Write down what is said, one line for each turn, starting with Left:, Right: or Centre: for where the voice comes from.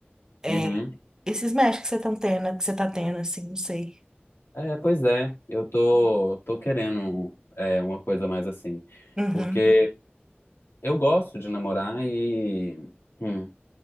Right: é,
Left: Uhum.
Right: esses matches que você tá tendo, que você tá tendo, assim, não sei.
Left: É, pois é, eu tô, tô querendo é, uma coisa mais assim,
Right: Uhum.
Left: porque eu gosto de namorar e... hum.